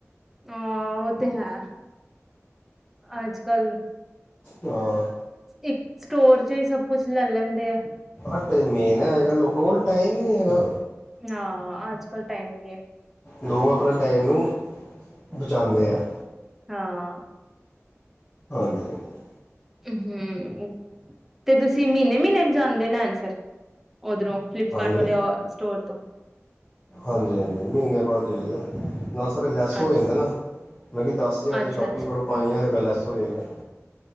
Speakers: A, in the centre; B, on the left.
A: ਹਾਂ ਉਹ ਤੇ ਹੈ ਅੱਜ ਕੱਲ੍ਹ
B: ਹਾਂ
A: ਇੱਕ ਸਟੋਰ ਚ ਹੀ ਸਭ ਕੁਛ ਲੈ ਲੈਂਦੇ ਆ
B: ਹਟੇ ਮੇਨ ਹੈ ਅਜ ਕੱਲ ਲੋਕਾਂ ਕੋਲ ਟਾਈਮ ਹੀ ਨਹੀਂ ਹੈਗਾ
A: ਹਾਂ ਅੱਜ ਕੱਲ ਟਾਈਮ ਨੀ ਹੈ।
B: ਲੋਕ ਆਪਣੇ ਟਾਈਮ ਨੂੰ ਬਚਾਉਂਦੇ ਆ
A: ਹਾਂ
B: ਹਾਂਜੀ ਹਾਂਜੀ
A: ਹਮ ਤੇ ਤੁਸੀਂ ਮਹੀਨੇ ਮਹੀਨੇ ਜਾਂਦੇ ਲੈਣ ਫਿਰ ਹੋਦੋ ਫਲੀਪਕਾਰਟ
B: ਹਾਂਜੀ
A: ਵੱਲ ਸਟੋਰ ਤੋਂ <inaudible>
B: ਹਾਂਜੀ ਹਾਂਜੀ ਮਹੀਨੇ ਬਾਅਦ ਚਾਹੀਦਾ ਨਾ ਸਾਡੇ ਲੈਸ ਹੋ
A: ਅੱਛਾ
B: ਜਾਂਦਾ ਨਾ ਮਤਬ ਦਸ ਹਜ਼ਾਰ ਦੀ
A: ਅੱਛਾ
B: ਸ਼ੋਪਿੰਗ
A: ਅੱਛਾ
B: ਕਰੋ ਪੰਜ ਹਜ਼ਾਰ ਰ ਲੈਸ ਹੋ ਜਾਗਾ